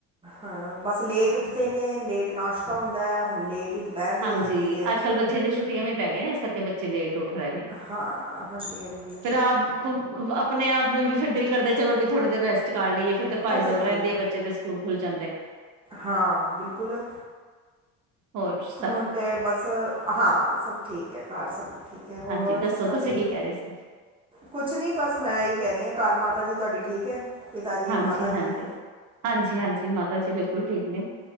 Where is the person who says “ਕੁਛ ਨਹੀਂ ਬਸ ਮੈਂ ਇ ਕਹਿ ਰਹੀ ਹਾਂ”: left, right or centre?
Right